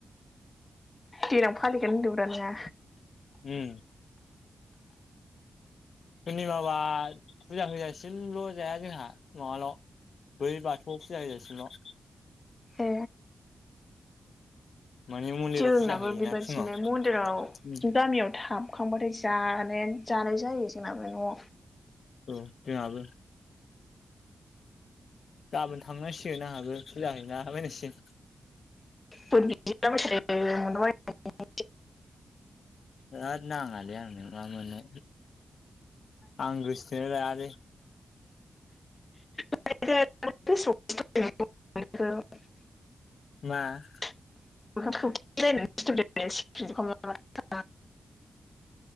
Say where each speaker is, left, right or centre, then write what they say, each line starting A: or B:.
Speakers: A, on the left; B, on the left.
A: देनां फालिगोन होनदोंब्रा नोङा
B: उम पुर्निमाबा फुजा होजासिमल' जाया जोंहा न'आवल' बै बाथौआव फुजा होजासिमल'
A: ए
B: माने मन्दिराव
A: जोंनाबो
B: फुजा होयोना
A: बेबादिनो
B: फुङाव
A: मन्दिराव
B: उम
A: गामियाव थाब खांबाथाय जानायानो जानाय जायो जोंनाबाय न'आव
B: औ जोंहाबो गाबोन थांनांसिगोन आंहाबो फुजा हैैना बायनांसिगोन
A: <unintelligible> <inaudible>
B: होद नाङालै आंनो मा मोनो आं‌ गोसथोनाय लायालै‌
A: <unintelligible>
B: मा?
A: <unintelligible>